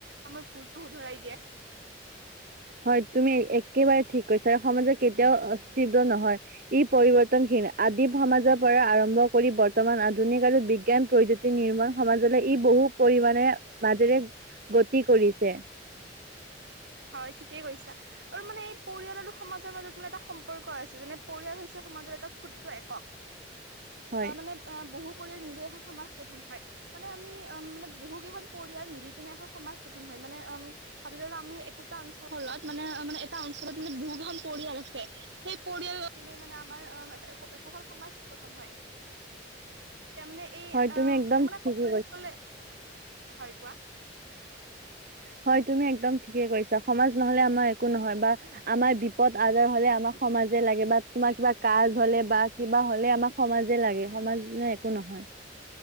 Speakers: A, on the right; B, on the right.
A: আমাৰ ভুলটো উধৰাই দিয়া।
B: হয় তুমি একেবাৰে ঠিক কৈছে সমাজে কেতিয়াও অষ্টিবিয় নহয় ই পৰিৱৰ্তনশীন আদি সমাজৰ পৰা আৰম্ভ কৰি বৰ্তমান আধুনিক আৰু বিজ্ঞান প্ৰযুক্তি নিাণ সমাজলৈ ই বহু পৰিমমানে মাজেৰে গতি কৰি ছে
A: হয় ঠিকেই কৈছা আৰু মানে এই পৰিয়াল আৰু সমাজৰ মাজত ম এটা সম্পৰ্ক আছে যেনে পৰিয়াল হৈছে সমাজৰ এটা ক্ষুদ্ৰ একক।
B: হয়
A: অ', মানে বহু পৰিয়াল মৃ এখন সমাজ গঠন হয় মানে আমি উম মানে বহু কেইখন পৰিয়াল মিলি পিনে এখন সমাজ গঠন হয় মানে উম ভাবি ল আমি একোটা অঞ্চলৰত মানে মানে এটা অঞ্চলত মানে বহুক এখন পৰিয়াল আছে সেই পৰিয়াল পিনে মানে আমাৰ একোখন সমাজ গঠন হয়। এ মানে এই
B: হয়
A: আ
B: তুমি একদম ঠিকে কৈছা
A: <unintelligible> হয় কোৱা?
B: হয় তুমি একদম ঠিকে কৈছা সমাজ নহলে আমাৰ একো নহয় বা আমাৰ বিপদ আজাৰ হলে আমাক সমাজে লাগে বা তোমাৰ কিবা কাজ হলে বা কিবা হলে আমাক সমাজে লাগে সমাজ একো নহয়।